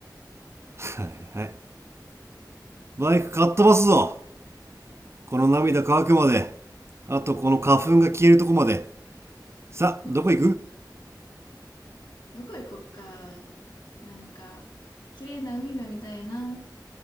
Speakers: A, on the right; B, on the left.
A: はいはい。バイクかっ飛ばすぞ。この涙乾くまで。あと、この花粉が消えるとこまで。さ、
B: <laughs>
A: どこ行く
B: どこ行こっか。なんか、綺麗な海が見たいな。